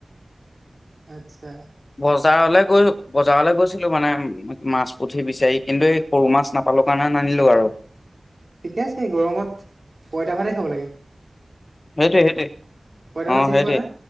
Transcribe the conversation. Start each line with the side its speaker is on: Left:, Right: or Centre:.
Right: আচ্ছা।
Left: বজাৰলে গৈ বজাৰলে গৈছিলোঁ মানে মাছ পুঠি বিচাৰি কিন্তু এই সৰু মাছ নাপালোঁ কাৰণে নানিলোঁ আৰু।
Right: ঠিকে আছে গৰমত পইতা ভাতে খাব লাগে।
Left: সেইটোৱে সেইটোৱে।
Right: পইতা ভাত
Left: অ'
Right: চিনি
Left: সেইটোৱে।
Right: পোৱা নাই